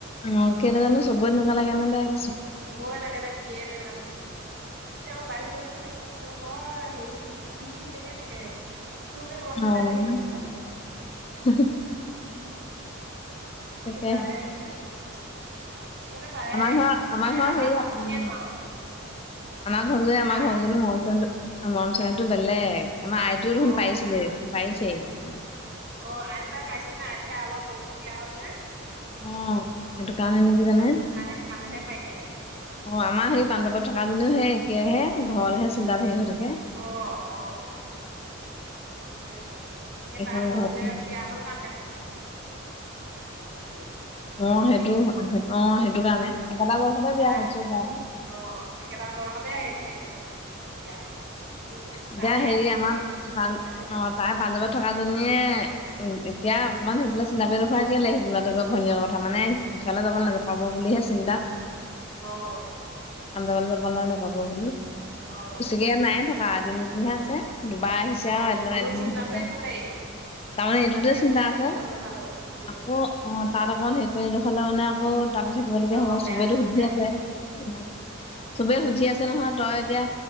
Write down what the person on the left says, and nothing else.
অ কেলে জানো? সবৰে তেনেকুৱা লাগেনে নাই?
অঁ
<unintelligible>
তাকে
আমাৰ ঘৰ
আমাৰ
ঘৰৰ হেৰি
উম্।
আমৰ ঘৰত যে আমৰ
ঘৰ যে <unintelligible> আৰু মৰম চেনেহতো বেলেগ, আমাৰ আইটোও দেখোন
পাৰিছিলেই পাৰিছেই অকমান।
অঁ সেইটো কাৰণে নেকি জানে।
অ আমাৰ সেই পাঞ্জাৱত থকা জনীও হে একেহে ঘৰলেহে চিন্তাত ধেই হৈ থাকে।
এইখন
ঘৰত
অ
সেইটো অ সেইটো
কাৰণে একেটা বয়সতে বিয়া
হৈছো বাও।
এতিয়া
আমাৰ পান
অ' তাই পাঞ্জৱত থকা জনীয়ে উম এতিয়া অকণমান সেইফাল চিনাকি দখুৱাই কেলেই সেইদিনাত আক ভনীয় কথা মানে সেইফালে যাব নাযা পাব বুলিহে চিন্তাত।
আন্দামান যাবলে নেপাব বুলি।
এতিয়া নাই থকা দিনটোহে আছে দুবাৰ আহিছে
আও এদিনত
এদিন
<inaudible>
তাৰ মানে
এইটো তে
চিন্তা আছে
আকৌ, অ তাত অকণ হেৰি কৰি দেখালে মানে আকৌ তাৰ পাছত, ল
হব
চবেইতো সুধি
আছে উ
চবে সুধি আছে নহয় তই এতিয়া।